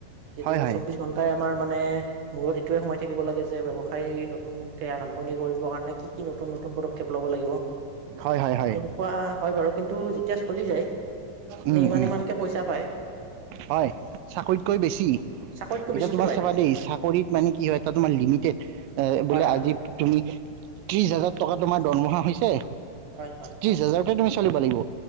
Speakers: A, on the right (about 65°); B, on the right (about 80°).
A: যিহেতু
B: হয়
A: চৌবিশ তাই আমাৰ মানে মূৰত এইটোয়ে সময় থাকিব লাগে যে ব্যৱসায় নতুন কে আৰম্ভণি কৰিব কাৰণে কি কি নতুন-নতুন পদক্ষেপ লব লাগিব?
B: হয় হয় হয়
A: স পোৱা হয় বাৰু। কিন্তু যেতিয়া চলি যায়।
B: উম
A: ইমান
B: উম
A: ইমানকে পাইচা পাই।
B: হয় চাকৰিতকৈ বেছি।
A: চাকৰিতকৈ
B: এতিয়া
A: বেছিকে
B: তোমাৰ
A: পায়তো
B: চাবা দেই, চাকৰিত মানে কি হয়, এটা তোমাৰ লিমিটেড বোলে
A: হয় হয়
B: আজি তুমি ত্ৰিশ হাজাৰ টকা তোমাৰ দৰমহা হৈছে
A: হয় হয়
B: ত্ৰিশ হাজাৰ ত তুমি চলিব লাগিব।